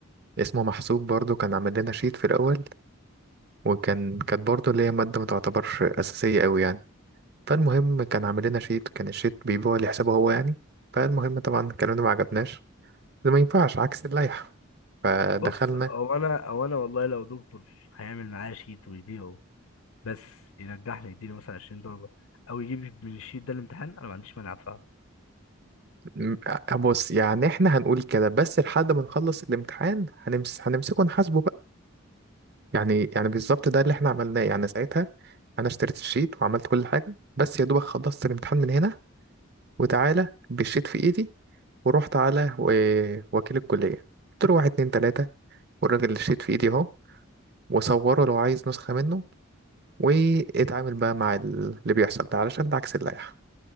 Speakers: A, on the right (about 50°); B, on the left (about 85°).
A: اسمه محسوب برضو كان عامل لنا شيت في الاول وكان كانت برضو اللي هي مادة ما تعتبرش اساسية قوي يعني فالمهم كان عامل لنا شيت كان الشيت بيبيعه لحسابه هو يعني فالمهم طبعا الكلام ده ما عجبناش ده ما ينفعش عكس اللائحة فدخلنا
B: بص او انا او انا والله لو دكتور هيعمل معايا شيت ويبيعه بس ينجحني يديني مثلا 20 درجه او يجيب من الشيت ده الامتحان انا ما عنديش مانع ادفع
A: م- آه، بص يعني احنا هنقول كده بس لحد ما نخلص الامتحان هنمس... هنمسكه نحاسبه بقى يعني يعني بالظبط ده اللي احنا عملناه يعني ساعتها انا اشتريت الشيت وعملت كل حاجه بس يا دوبك خلصت الامتحان من هنا وتعالى بالشيت في ايدي ورحت على و... وكيل الكليه قلت له واحد اتنين تلاته والراجل الشيت في ايدي اهو وصوره لو عايز نسخه منه واتعامل بقى مع ال- اللي بيحصل ده علشان ده عكس اللائحه